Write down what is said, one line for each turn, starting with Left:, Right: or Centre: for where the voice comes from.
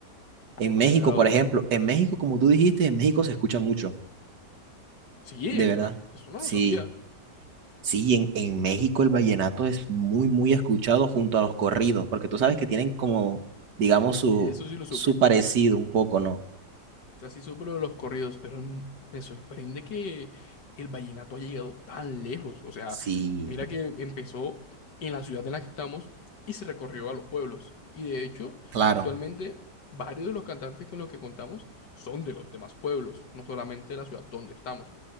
Right: En
Left: demasiado.
Right: México, por ejemplo, en México, como tú dijiste, en México se escucha mucho,
Left: Sí,
Right: de verdad.
Left: me- eso no
Right: Sí,
Left: lo sabía.
Right: sí, en, en México el vallenato es muy, muy escuchado junto a los corridos, porque tú sabes que tienen como, digamos, su,
Left: Y eso sí lo supe.
Right: su parecido un poco, ¿no?
Left: O sea, sí supe lo de los corridos, pero n- me sorprende que el vallenato haya llegado tan lejos. O sea,
Right: Sí,
Left: mira que empezó en la ciudad en la que estamos y se recorrió a los pueblos. Y de hecho,
Right: claro.
Left: actualmente varios de los cantantes con los que contamos son de los demás pueblos, no solamente de la ciudad donde estamos.